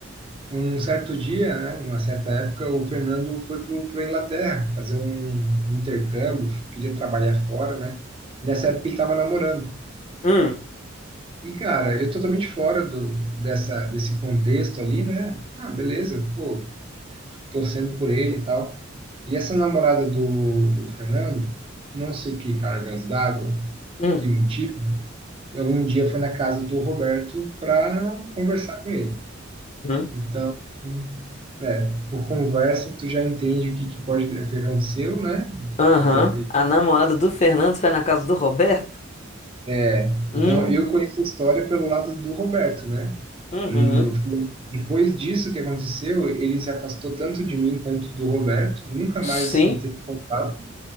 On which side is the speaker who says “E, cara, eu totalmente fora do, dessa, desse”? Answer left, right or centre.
Right